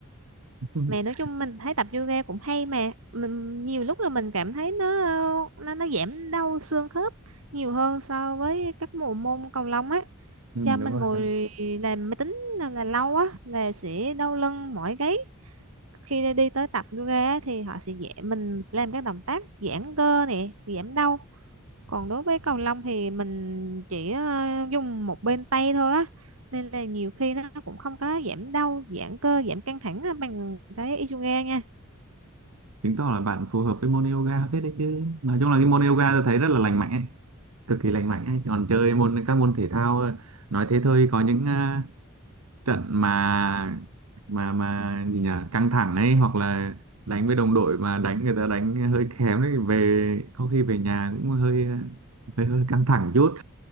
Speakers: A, on the right (about 85°); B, on the right (about 70°).
A: <laughs>
B: mà nói chung mình thấy tập yoga cũng hay mà mình nhiều lúc là mình cảm thấy nó nó nó giảm đau xương khớp nhiều hơn so với các bộ môn cầu lông á
A: Ừ,
B: cho mình
A: đúng rồi.
B: ngồi
A: đó.
B: làm máy tính là, là lâu á là sẽ đau lưng mỏi gáy khi đi tới tập yoga á thì họ sẽ dạy mình làm các động tác giãn cơ nè giảm đau còn đối với cầu lông thì mình chỉ ờ, dùng một bên tay thôi á nên là nhiều khi nó cũng không có giảm đau giãn cơ giảm căng thẳng á bằng cái Isoga nha
A: Chứng tỏ là bạn phù hợp với môn yoga phết đấy chứ. Nói chung là cái môn yoga tôi thấy rất là lành mạnh ấy, cực kỳ lành mạnh ấy. Còn chơi môn các môn thể thao ờ, nói thế thôi có những à, trận mà mà mà gì nhỉ, căng thẳng ấy hoặc là đánh với đồng đội mà đánh người ta đánh hơi kém ấy về có khi về nhà cũng hơi ờ, hơi, hơi căng thẳng chút,